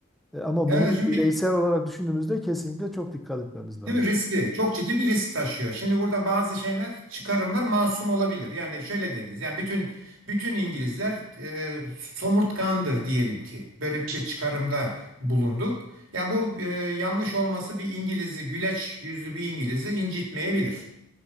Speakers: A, in the centre; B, on the right.
A: E, Ama
B: Evet
A: bunu
B: şimdi
A: bireysel
B: bir-
A: olarak düşündüğümüzde kesinlikle çok dikkat etmemiz lazım.
B: değil mi riskli. Çok ciddi bir risk taşıyor. Şimdi burada bazı şeyler çıkarımlar masum olabilir. Yani şöyle dediniz. Yani bütün bütün İngilizler e, somurtkandır diyelim ki. Böyle bir şey çıkarımda bulunduk. Yani bu e, yanlış olması bir İngiliz'i güleç yüzlü bir İngiliz'i incitmeyebilir.